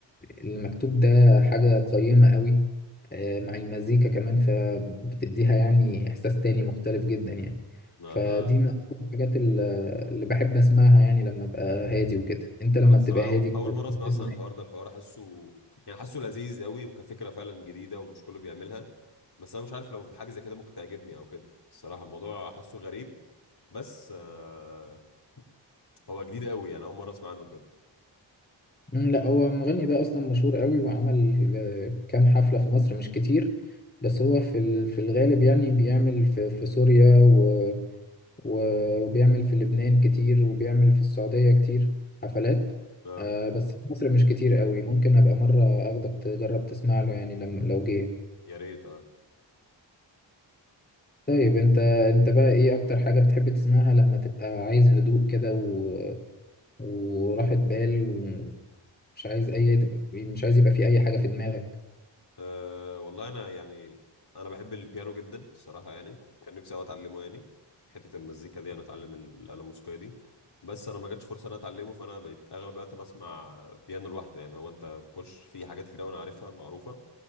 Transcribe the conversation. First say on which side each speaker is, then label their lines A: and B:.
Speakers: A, on the left; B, on the left.
A: المكتوب ده حاجة قيمة قوي آه مع المزيكا كمان فبتديها يعني إحساس تاني مختلف جدا يعني
B: ما
A: فدي
B: ده
A: من أكتر الحاجات ال- اللي بحب أسمعها يعني لما أبقى هادي وكده أنت لما
B: انا الصراحه
A: بتبقى هادي
B: أو- اول مره اسمع
A: بتسمع
B: اصلا الحوار
A: إيه؟
B: ده الحوار حاسه يعني حاسه لذيذ قوي وكفكره فعلا جديده ومش كله بيعملها بس انا مش عارف لو في حاجه زي كده ممكن تعجبني او كده الصراحه الموضوع حاسه غريب بس آه هو جديد قوي يعني اول مره اسمع عنه بجد
A: مم، لا هو المغني ده اصلا مشهور قوي وعمل آه، كام حفلة في مصر مش كتير بس هو في ال- في الغالب يعني بيعمل في في سوريا و- و- وبيعمل في لبنان كتير وبيعمل في السعودية كتير حفلات
B: اه
A: آه، بس في مصر مش كتير قوي ممكن ابقى مرة اخدك تجرب تسمع له يعني لما لو جه
B: يا ريت اه
A: طيب انت انت بقى ايه اكتر حاجة بتحب تسمعها لما تبقى عايز هدوء كده و... وراحة بال ومش عايز اي تبقى مش عايز يبقى في اي حاجة في دماغك
B: أه والله انا يعني انا بحب البيانو جدا الصراحه يعني كان نفسي أوي اتعلمه يعني حته المزيكا دي انا اتعلم الاله الموسيقيه دي بس انا ما جاتش فرصه ان انا اتعلمه فانا بقيت اغلب الوقت بسمع بيانو لوحده يعني هو انت بخش في حاجات كتير أوي انا عارفها معروفه